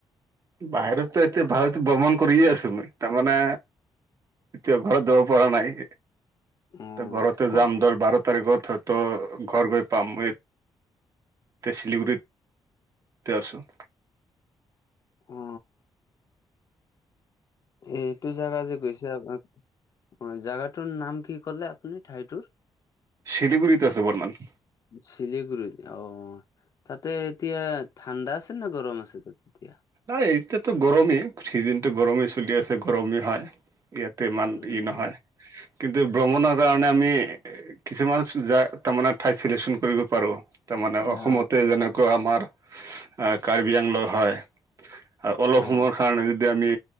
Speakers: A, on the right; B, on the left.
A: বাহিৰততো এতিয়া ভাৰত ভ্ৰমণ কৰিয়ে আছো মই তাৰমানে এতিয়া ঘৰত যাব পৰা নাই।
B: অ',
A: ঘৰতে যাম
B: ক'ত?
A: দহ বাৰ তাৰিখত হয়তো ঘৰ গৈ পাম। এতিয়া শিলিগুৰিতে আছো।
B: অ এইটো জেগা যে গৈছে আপুনাৰ অ জেগাটোৰ নাম কি কলে আপুনি ঠাইটোৰ
A: শিলিগুৰিত আছো বৰ্তমান।
B: শিলিগুৰিত অ তাতে এতিয়া ঠাণ্ডা আছে নে গৰম আছে তাত এতিয়া।
A: এই এতিয়াতো গৰমেই চিজনটো গৰমেই চলি আছে গৰমেই হয়। ইয়াতে ইমান
B: উম
A: ভিৰ নহয়। কিন্তু ভ্ৰমণৰ কাৰণে আমি কিছুমান চোজাৰ তাৰমানে ঠাই চিলেক্যন কৰিব পাৰোঁ তাৰমানে অসমতে
B: অ
A: যেনেকুৱা আমাৰ কাৰ্বি আংলং হয়। অলপ
B: অ অ
A: সময়ৰ কাৰণে যদি আমি